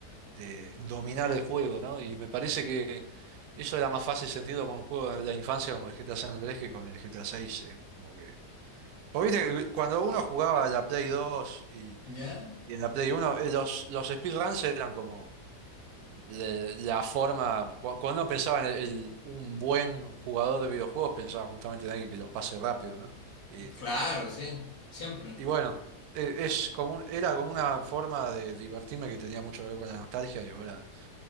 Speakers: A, on the right; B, on the left.
A: de dominar el juego, ¿no? Y me parece que eso era más fácil sentido con un juego de la infancia como el GTA San Andrés que con el GTA 6, como que... Porque viste que cuando uno jugaba a la Play 2 y,
B: ¿Ya?
A: y en la Play 1, eh, los, los speedruns eran como le- la, forma, cu- cuando uno pensaba en el- el- un buen jugador de videojuegos, pensaba justamente en alguien que los pase rápido, ¿no? Y,
B: Claro,
A: y-
B: sí, siempre.
A: y bueno, e- es como un- era como una forma de divertirme que tenía mucho que ver con la nostalgia y ahora...